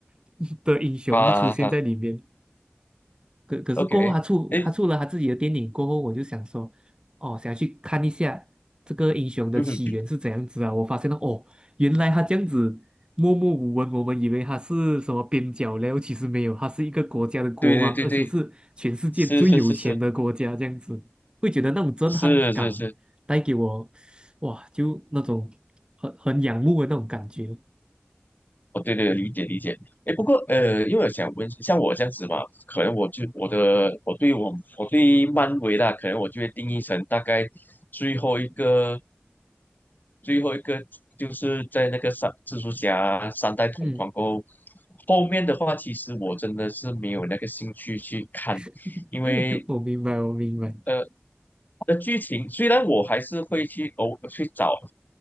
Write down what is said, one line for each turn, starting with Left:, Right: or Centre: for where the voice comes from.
Right: <laughs> 的英雄就出现在里面？
Left: 啊啊
Right: 可可是过后他出他出了他自己的电影过后，
Left: ，OK，诶。
Right: 我就想说，哦，想要去看一下这个英雄的起源是怎样子啊？
Left: 嗯哼，
Right: 我发现了哦，原来他这样子默默无闻，我们以为他是什么边角料，其实没有，他是一个国家的国王，
Left: 对对对对，
Right: 而且是全世界最有钱的国家，
Left: 是是是是
Right: 这样子会觉得那种震撼感带给我，
Left: 是是是，
Right: 哇，就那种很很仰慕的那种感觉。
Left: 哦对对理解理解。哎，不过呃，因为我想问，像我这样子嘛，可能我就我的我对我我对漫威啦，可能我就会定义成大概最后一个最后一个就是在那个三蜘蛛侠三代同框过后，
Right: 嗯，
Left: 后面的话其实我真的是没有那个兴趣去看，
Right: <laughs>
Left: 因为
Right: 我明白，我明白。
Left: 呃。的剧情虽然我还是会去偶去找